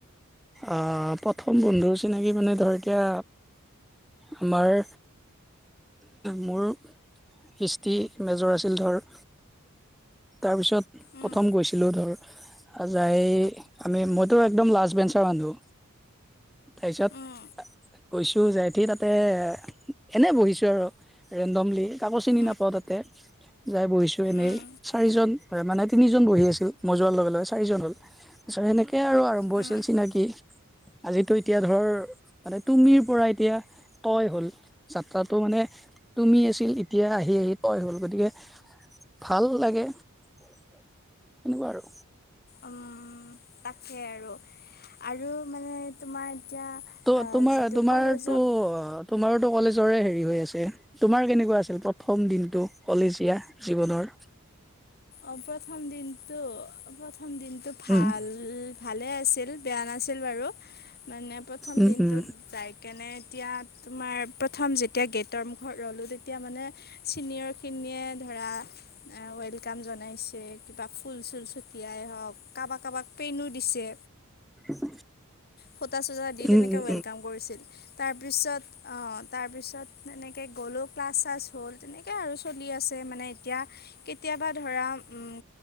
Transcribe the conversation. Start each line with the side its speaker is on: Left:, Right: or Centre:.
Centre: অ 'প্ৰথম বন্ধু চিনাকি মানে ধৰ এতিয়া আমাৰ মোৰ হিষ্টি মেজৰ আছিল ধৰ। তাৰপিছত
Left: উম
Centre: প্ৰথম গৈছিলোঁ ধৰ- আ যাই আমি মইতো একদম লাজ বেঞ্চৰ মানুহ। তাৰপিছত
Left: উম
Centre: কৈছো যাই উঠি আৰু তাতে এনে বহিছো আৰু। ৰেণ্ডমলি কাকো চিনি
Left: উম
Centre: নাপাওঁ তাতে যাই বহিছোঁ এনেই।
Left: উম
Centre: চাৰিজন মানে তিনিজন বহি আছিল মই যোৱাৰ লগে লগে চাৰিজন হ'ল। তাৰপিছত সেনেকে আৰু আৰম্ভ
Left: অঁ
Centre: হৈছিল চিনাকি আজিতো এতিয়া ধৰ- মানে তুমিৰ পৰা এতিয়া তয় হ'ল যাত্ৰাটো মানে তুমি আছিল। এতিয়া আহি -আহি তয় হ'ল গতিকে ভাল- লাগে সেনেকুৱা আৰু-
Left: উম তাকে আৰু- আৰু মানে তোমাৰ এতিয়া
Centre: ত তোমাৰ
Left: যিটো
Centre: তোমাৰতো
Left: কলেজৰ-
Centre: তোমাৰোতো কলেজৰে হেৰি হৈ আছে। তোমাৰ কেনেকুৱা আছিল প্ৰথম দিনটো কলেজীয়া জীৱনৰ!
Left: অ' প্ৰথম দিনটো প্ৰথম দিনটো ভাল-
Centre: উম
Left: ভালে আছিল বেয়া নাছিল বাৰু মানে প্ৰথম
Centre: উম
Left: দিনটোত
Centre: উম
Left: তাইক- কেনে এতিয়া তোমাৰ প্ৰথম যেতিয়া গেটৰ মুখত ৰ'লোঁ তেতিয়া মানে- চিনিয়ৰ খিনিয়ে ধৰা ৱেল কাম জনাইছে কিবা ফুল চুল ছটিয়াই হওক কাবাক - কাবাক পেইনো দিছে।
Centre: <inaudible>
Left: ফুটা চুটা দি
Centre: উম
Left: তেনেকে
Centre: উম
Left: ৱেলকাম কৰিছিল। তাৰপিছত অ তাৰ পিছত তেনেকে গ'লোও ক্লাছ চাছ হ'ল তেনেকে আৰু চলি আছে। মানে এতিয়া কেতিয়াবা ধৰা উম,